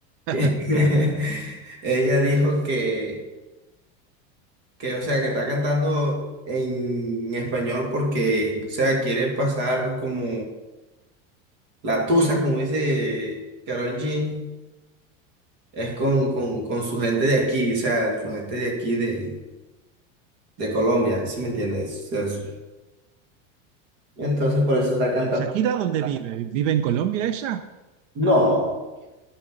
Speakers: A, on the right (about 75°); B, on the right (about 40°).
A: <laughs>
B: <laughs> ella dijo que, que, o sea, que está cantando en español porque, o sea, quiere pasar como la tusa, como dice Karol G, es con, con, con su gente de aquí, o sea, su gente de aquí de, de Colombia, ¿sí me entiendes? O sea, su- entonces por eso está cantando.
A: Shakira dónde vive? ¿Vive en Colombia ella?
B: No,